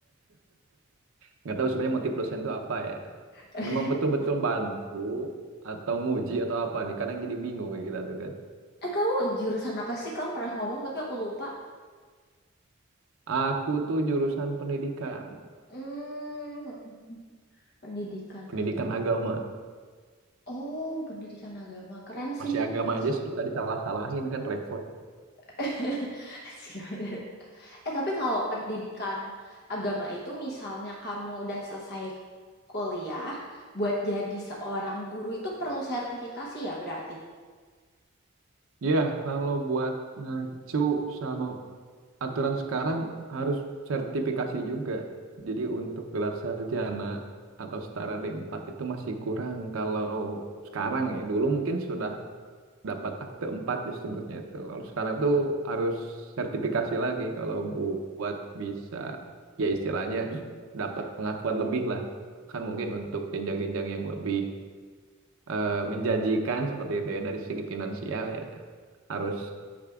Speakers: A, on the right; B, on the left.
A: Nggak tahu sebenarnya motif dosen itu apa ya.
B: <laughs>
A: Memang betul-betul bantu atau nguji atau apa nih. Kadang jadi bingung kayak gitu tuh kan.
B: Eh, kamu jurusan apa sih? Kamu pernah ngomong, tapi aku lupa.
A: Aku tuh jurusan pendidikan.
B: Hmm, <laughs> pendidikan.
A: Pendidikan agama.
B: Oh, pendidikan agama. Keren sih
A: masih
B: itu
A: agama
B: jurusan.
A: aja suka disalah-salahin kan repot.
B: <laughs> Gimana? Eh, tapi kalau pendidikan agama itu misalnya kamu udah selesai kuliah, buat jadi seorang guru itu perlu sertifikasi ya berarti.
A: Ya, kalau buat ngacu sama aturan sekarang harus sertifikasi juga. Jadi untuk gelar sarjana atau setara D4 itu masih kurang kalau sekarang ya. Dulu mungkin sudah dapat akte 4 disebutnya itu. Kalau sekarang tuh harus sertifikasi lagi kalau bu- buat bisa ya istilahnya dapat pengakuan lebih lah. Kan mungkin untuk jenjang-jenjang yang lebih eh, menjanjikan seperti itu ya dari segi finansial ya harus